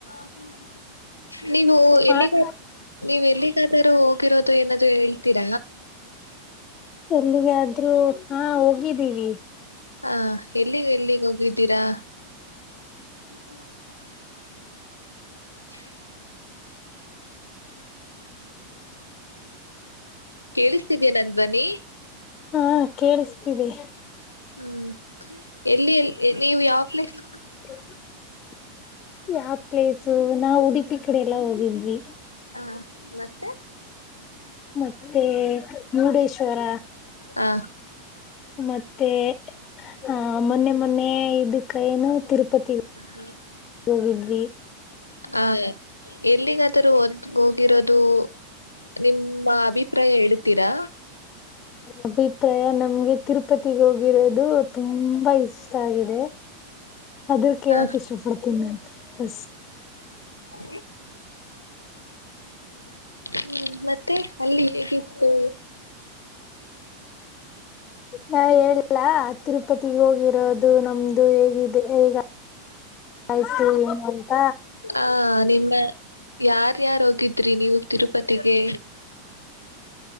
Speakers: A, on the left; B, on the left.
A: ಹ್ಮ ನೀವು ಎಲ್ಲಿಗಾದ
B: ಮಾತಾಡ್ತೀವಿ
A: ನೀವು್ ಎಲ್ಲಿಗಾದರೂ ಹೋಗಿರೋದು ಏನಾದ ಹೇಳ್ತೀರ
B: ಎಲ್ಲಿಗೆಾದ್ರೂ ಹಾ ಹೋಗಿದ್ದೀವಿ
A: ಹ ಎಲ್ಲಿಗ ಎಲ್ಲಿಗೆ ಹೋಗಿದ್ದೀರಾ ಹ್ <inaudible> ಕೇಳಿಸ್ತಿದೀ ನನ್ ಧ್ವನಿ
B: ಹಾ ಕೇಳಿಸ್ತೀವಿ
A: ಹ್ಮ್ ಎಲ್ಲಿ ಎಲ್ಲಿ ನೀವು ಯಾವ ಪ್ಲೇಸ್
B: ಹ ಯಾವ್ ಪ್ಲೇಸು ನಾವ್ ಉಡುಪಿ ಕಡೆ ಎಲ್ಲಾ ಹೋಗೇನ್ಿ
A: ಹ ಮತ್ತೆ
B: ಮತ್ತೆ ಮುರುಡೇಶ್ವರ
A: ಹಾ
B: ಮತ್ತೆ ಆ ಮೊನ್ನೆ ಮೊನ್ನೆ ಇದಕ್ಕ ಏನು ತಿರುಪತಿ
A: ಹ್ಮ್
B: ಹೋಗಿದ್ವಿ
A: ಹ ಎಲ್ಲಿಗಾದರೂ ಹದ್ ಹೋಗಿರೋದು ನಿಮ್ಮ ಅಭಿಪ್ರಾಯ ಹೇಳ್ತೀರಾ
B: ಅಭಿಪ್ರಾಯ ನಮ್ಗೆ ತಿರುಪತಿಗ್ ಹೋಗಿರೋದು ತುಂಬಾ ಇಷ್ಟ ಇಷ್ಟ ಆಗಿದೆ ಅದ್ರ ಕೇಳಕ್
A: ಹ
B: ಇಷ್ಟ ಪಡ್ತೀನಿ ನಾನನ್ ಸ್
A: ಹ ಹ್ಮ್ ಮತ್ತೆ ಅಲ್ಲಿ ಹೇಗಿತ್ತು
B: ನಾ ಹೇಳಿಲ್ಲ ತಿರುಪತಿಗೆ ಹೋಗಿರೋದು ದು ನಮ್ದು ಹೇಗಿದೆಗ ಆು ಏನು ಅಂತ
A: ಹ ನಿಮರ್್ಯಾರ್ ಹೋಗಿದ್ರಿ ನೀವು ತಿರುಪತಿಗೆ